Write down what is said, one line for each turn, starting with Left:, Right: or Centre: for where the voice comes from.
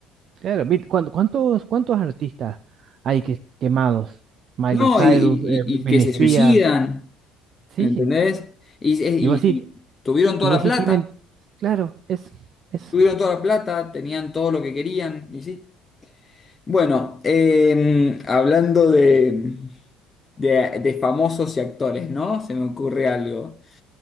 Right: Claro, vi- ¿cuánto- ¿cuántos, cuántos artistas hay que, quemados? Miley
Left: No,
Right: Cyrus,
Left: y, y-
Right: eh, Britney
Left: y- y que se
Right: Spears,
Left: suicidan.
Right: sí.
Left: ¿Me entendés?
Right: sí.
Left: Y, y-
Right: Y vos sí,
Left: y tuvieron toda
Right: y vos
Left: la
Right: sí
Left: plata,
Right: tienen, claro, es, es.
Left: tuvieron toda la plata, tenían todo lo que querían, y sí. Bueno, eh, hablando de, de, de famosos y actores, ¿no? Se me ocurre algo.